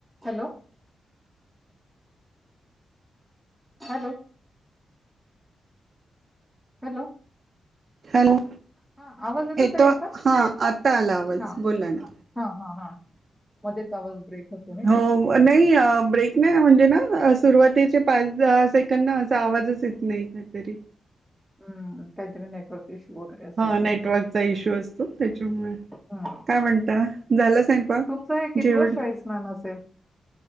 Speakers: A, in the centre; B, on the right (about 55°).
A: Hello hello hello
B: hello
A: हा आवाज
B: येतो
A: ताई आता
B: हा आता आलावाज
A: हा
B: बोला ना
A: हा हा हा मध्येच आवाज ब्रेक होतो नाही
B: हो
A: का
B: नाही ब्रेक नाही म्हणजे ना सुरुवात पाच दहा सेकंड ना असा आवाजच येत नाही काहीतरी
A: हम्म कायतरीे नेटवर्क इश्यू वगैरे असेल
B: हा
A: त्यांचा
B: नेटवर्कचा इश्यू असतो त्याच्यामुळे
A: हम्म.
B: काय म्हणता झाला सांगपा
A: तुमचं हे कितवं
B: जेवण
A: शाही स्नान असेल